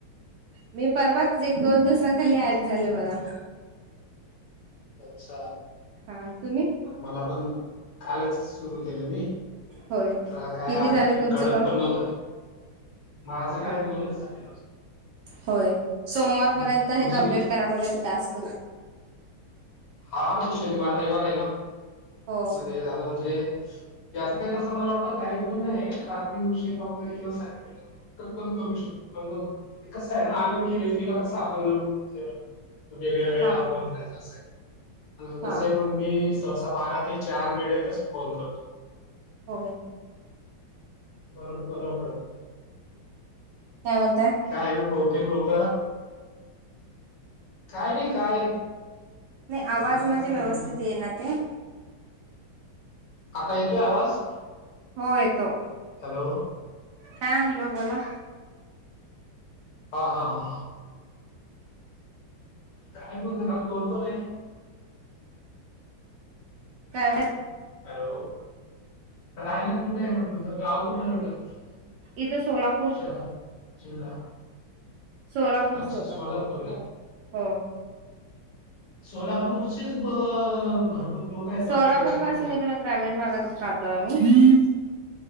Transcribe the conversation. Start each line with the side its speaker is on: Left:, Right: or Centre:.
Right: मी परवाच एक दोन दिवसाखाली ॲड झाले बघा
Left: अच्छा
Right: हा तुम्ही
Left: मला पण कालच सुरू केलं मी
Right: होय
Left: ला काय
Right: किती
Left: आध
Right: झाले तुमचं
Left: कळत
Right: कॉल
Left: पण नव्हतं माझं काही
Right: हा
Left: बोलत झाले
Right: होय सोमवारपर्यंत
Left: तुमचे
Right: हे कंप्लीट
Left: किती
Right: कराय म्ह ते टास्क
Left: हा वाार रविवार आहे ना
Right: हो
Left: म आता म्हणजे जचं काही तसं मला वाटत काही पण नाही रात्री उशीिा वगैरे किंवा स पण करू शकतो पण मग ते कस आहे ना आणनोखी व्यक्तीला कस आपणलं वेगळ्याेळेला
Right: हा
Left: फोन करायचा असेल
Right: हा
Left: तसंही मग मी सहसा बारा ते चार वेळेतच फोन करतो
Right: हो
Left: बरो बर पडत
Right: काय म्हणताय
Left: काय आहे ना बहुतेक लोक काय नाही काय
Right: नाही
Left: चाललंय
Right: आवाज म्हणजे
Left: आता
Right: व्यवस्थित
Left: लेडीस
Right: ये ना ते
Left: आता येतोय आवाज
Right: हो येतो
Left: हॅलो
Right: हा हॅलो बोला
Left: हा हा हा काय ब झाला कोणकण आहे
Right: काय
Left: हॅलो राहायला कुठे आहे म्हटत तुझं गाव कुठला वाटत तु
Right: इथे सोलापूर
Left: शहर जिल्हा
Right: सोलापूर
Left: अच्छा
Right: सोलापूर
Left: का?
Right: हो.
Left: सोलापूरचीच भरपूर. लोक आहेत
Right: सोलापूर
Left: वाटतं याच्यामध्ये
Right: पासून
Left: ना?
Right: इकड ग्रामीण भागात राहतो आम्ही.